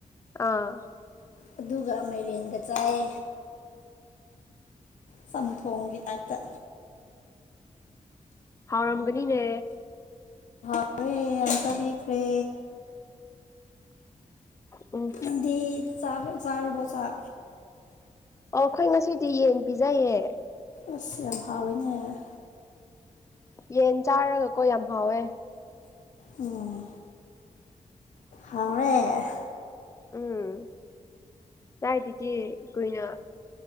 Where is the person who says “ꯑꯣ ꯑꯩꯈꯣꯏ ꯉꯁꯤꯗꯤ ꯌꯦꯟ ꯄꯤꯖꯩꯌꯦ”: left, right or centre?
Left